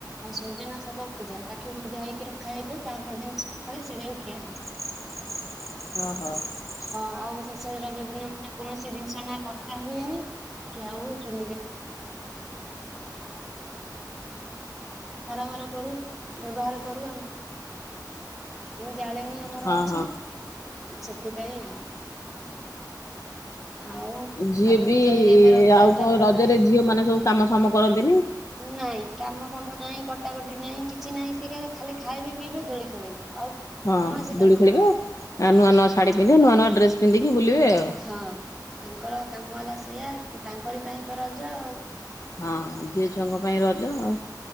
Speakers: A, in the centre; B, on the left (about 45°).
A: ଆଉ ସଜନା ଶାଗ ପୂଜା ତାକୁ ଭଜା ହେଇକି ରଖାଯାଇଥିବ ତାପର ଦିନ ସକାଳେ ସେଇଟାକୁ ଖିଆ ହବ।
B: <unintelligible> <unintelligible>
A: ଆଉ ଶେଷରଜ ଦିନ ନା କୌଣସି ଜିନିଷ ନା କଟା ହୁଏନି ୟାକୁ କାରବାର କରୁ ବ୍ୟବହାର କରୁ ଜାଳେଣୀ ଆମର
B: ହଁ
A: ଅଛି,
B: ହଁ।
A: ସେଥିପାଇଁ ଆଉ। ଆଉ
B: ଯିଏ
A: ଆଗକୁ
B: ବି
A: ତ
B: ଇ
A: ଏଇ ଏବେ ରଥଯାତ୍ରା
B: ଆଉ କଣ
A: ପରେ
B: ରଜରେ
A: ପରେ
B: ଝିଅ ମାନେ ସବୁ କାମ ଫାମ କରନ୍ତି
A: ନାଇଁ କାମ କାମ ନାଇଁ, କଟାକଟି ନାଇଁ, କିଛି ନାଇଁ ସେ ଖାଲି ଖାଇବେ ପିଇବେ ଦୋଳି ଖେଳିବେ ଆଉ
B: ହଁ,
A: କୌଣସି କାମ
B: ଦୋଳି
A: ନାହିଁ
B: ଖେଳିବେ
A: ତାଙ୍କର
B: ଆ ନୂଆ ନୂଆ ଶାଢ଼ୀ
A: ହଁ
B: ପିନ୍ଧିବେ, ନୂଆ ନୂଆ ଡ୍ରେସ୍ ପିନ୍ଧିକି ବୁଲିବେ ଆଉ।
A: ହଁ ତାଙ୍କର କାମ ହେଲା ସେଇୟା, ତାଙ୍କରି ପାଇଁ ତ ରଜ ଆଉ।
B: ହଁ ଝିଅ ଛୁଆଙ୍କ ପାଇଁ ରଜ ଆଉ